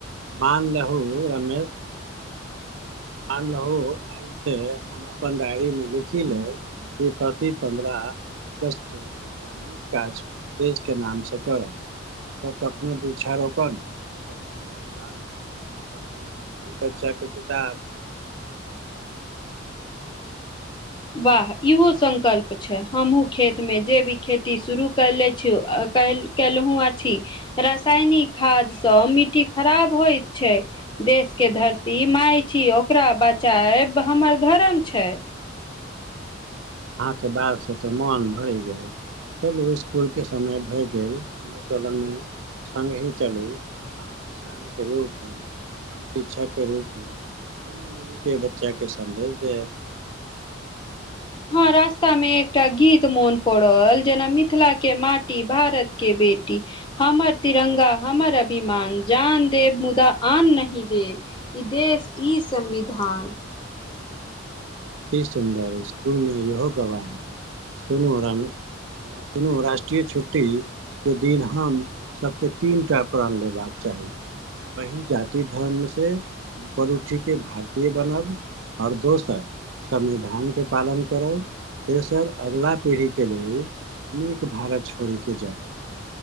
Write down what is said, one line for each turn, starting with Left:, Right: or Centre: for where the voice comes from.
Right: मान लेहो रमे मान लहो आय ऐ से हम अपन डायरी में लिखी लेब की प्रति-पंद्रा अगस्त के दुटा नीक काज देश के नाम से करब तऽ कखनो वृक्षा रोपण कखनो रक्तदान आ कखनो गरीब बच्चा के किताब तऽ
Left: वाह इहो संकल्प छै, हम्हूँ खेत में जे भी खेती शुरू करलै छियौ आ काएल केलहुं अछि, रसायनिक खाद्य सऽ मिट्टी खराब होएत छै। देश के धरती माय छी ओकरा बचाएब हमर धर्म छै।
Right: अहाँ के बात से तऽ मोन भैर गेल चलू स्कूल के समय भए गेल हमरा कलम में संगहि चलू अहां किसान के रूप में हम शिक्षक के रूप में दुनू मिली के बच्चा के संन्देश देब।
Left: हां रास्ता में एकटा गीत मोन पड़ल जेना मिथिला के माटी, भारत के बेटी हमर तिरंगा हमर अभिमान जान देब मुदा आन नही देब। ई देश ई संविधान
Right: की सुन्दर स्कूल में इहो गवाही सुनू राम सुनू राष्ट्रीय छुट्टी के दिन हम सबके तीन टा प्रण लेबाक चाही। पहिल जाति धर्म से ऊपर उठी के भारतीय बनब और दोसर संविधान के पालन करब तेसर अगला पीढ़ी के लेल नीक भारत छोड़ी के जाय